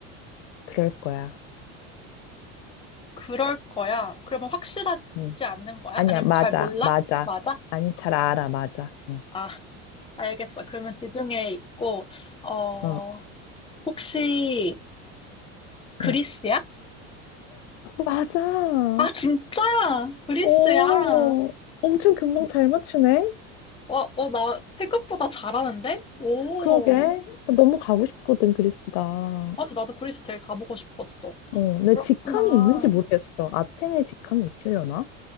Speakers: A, on the left; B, on the left.
A: 그럴 거야.
B: 그럴 거야. 그러면 확실하지
A: 응.
B: 않는 거야?
A: 아니야,
B: 아니면
A: 맞아,
B: 잘 몰라?
A: 맞아.
B: 맞아?
A: 아니, 잘 알아, 맞아. 어,
B: 아, 알겠어. 그러면 지중해에 있고, 어,
A: 어.
B: 혹시 그리스야?
A: 응. 맞아.
B: 아, 진짜? 그리스야?
A: 오, 엄청 금방 잘 맞추네.
B: 어, 어, 나 생각보다 잘하는데? 오.
A: 그러게. 나 너무 가고 싶거든, 그리스가.
B: 아, 근데 나도 그리스 되게 가보고 싶었어.
A: 어, 내
B: 그렇구나.
A: 직항이 있는지 모르겠어. 아테네 직항이 있으려나?